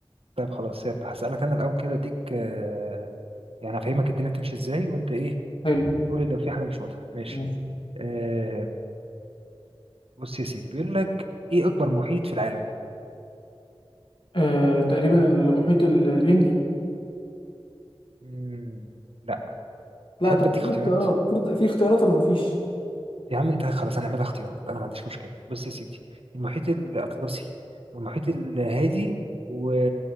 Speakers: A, on the right; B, on the left.
A: طيب خلاص يلا هسالك انا الاول كده اديك آه يعني هفهمك الدنيا تمشي ازاي وانت ايه
B: حلو
A: قولي لو في حاجه مش واضحه ماشي
B: ماشي
A: آه بص يا سيدي بيقول لك ايه اكبر محيط في العالم
B: آه تقريبا المحيط ال- الهندي
A: مم. لا
B: لا
A: تحب
B: طب
A: اديك
B: في
A: اختيارات
B: اختيارات المفروض في اختيارات ولا مفيش
A: يا عم انت خلاص هنعملها اختيارات انا ما عنديش مشكله بص يا سيدي المحيط الاطلسي والمحيط الهادي و...